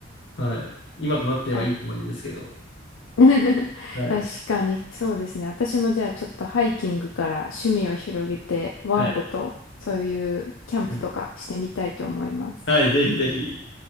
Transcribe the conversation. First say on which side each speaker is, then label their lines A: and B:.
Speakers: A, on the left; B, on the left.
A: はい。今となってはいい思い出ですけど。
B: あ <laughs>
A: はい。
B: 確かにそうですね。私もじゃあちょっとハイキングから趣味を広げて、ワンコとそういうキャンプとかしてみたいと思います。
A: はい。うんはい、ぜひぜひ。